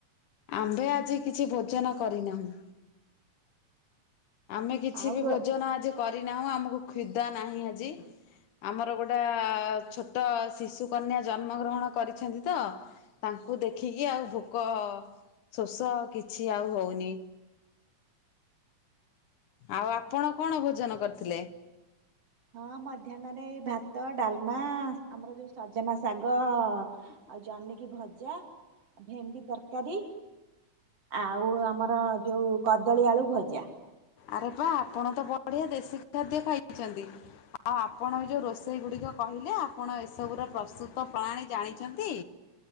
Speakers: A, on the left; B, on the right.
A: ଆମ୍ଭେ ଆଜି କିଛି ଭୋଜନ କରିନାହୁଁ। ଆମେ କିଛି
B: ଆଉ
A: ବି
B: ରୋ
A: ଭୋଜନ ଆଜି କରିନାହୁଁ, ଆମକୁ କ୍ଷୁଦା ନାହିଁ ଆଜି। ଆମର ଗୋଟେ ଛୋଟ ଶିଶୁକନ୍ୟା ଜନ୍ମଗ୍ରହଣ କରିଛନ୍ତି ତ। ତାଙ୍କୁ ଦେଖିକି ଆଉ ଭୋକ ଶୋଷ କିଛି ଆଉ ହଉନି। ଆଉ ଆପଣ କଣ ଭୋଜନ କରିଥିଲେ?
B: ହଁ ମଧ୍ୟାହ୍ନରେ ଏଇ ଭାତ, ଡାଲମା ଆମର ଯୋଉ ସଜନା ଶାଗ ଆଉ ଜହନିକି ଭଜା ଭେଣ୍ଡି ତରକାରୀ। ଆଉ ଆମର ଯୋଉ କଦଳୀ, ଆଳୁ ଭଜା।
A: ଆରେ ବା ଆପଣ ତ ବଢିଆ ଦେଶୀ ଖାଦ୍ୟ ଖାଇଛନ୍ତି। ଆଉ ଆପଣ ଏ ଯେଉଁ ରୋଷେଇ ଗୁଡ଼ିକ କହିଲେ ଆପଣ ଏସବୁର ପ୍ରସ୍ତୁତ ପ୍ରଣାଳି ଜାଣିଛନ୍ତି?